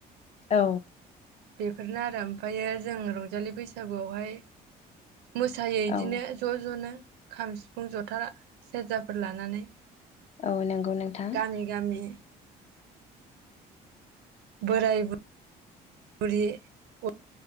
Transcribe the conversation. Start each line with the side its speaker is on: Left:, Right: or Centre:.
Left: औ।
Right: बेफोरनो आरो ओमफायो जों रंजालि बैसागुआवहाय मोसायो इदिनो
Left: औ
Right: ज' ज'नो। खाम सिफुं जथाा सेरजाफोर लानानै।
Left: औ नोंगौ नोंथा।
Right: गामि गामि बोराय बु बुरि ग